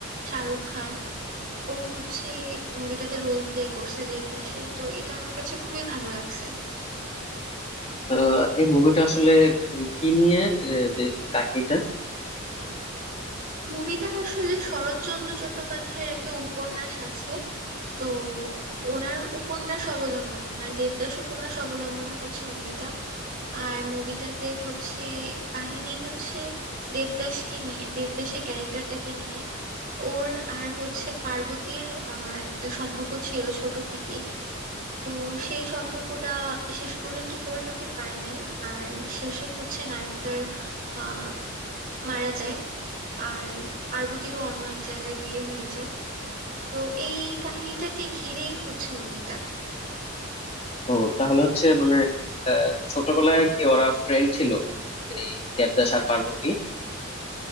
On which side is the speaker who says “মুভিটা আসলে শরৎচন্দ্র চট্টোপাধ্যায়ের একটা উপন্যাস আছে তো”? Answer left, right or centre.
Right